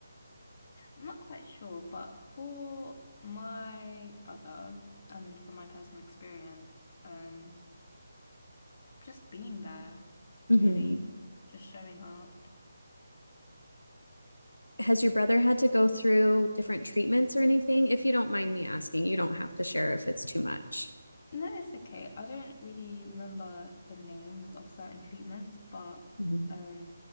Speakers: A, on the left; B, on the left.
A: I'm not quite sure. But for my brother and from my personal experience, um, just being there
B: hmm
A: really, just showing up,
B: Has your brother had to go through different treatments or anything? If you don't mind me asking, you don't have to share if it's too much.
A: No, it's okay. I don't really remember the names of certain treatments, but
B: Mhm.
A: um,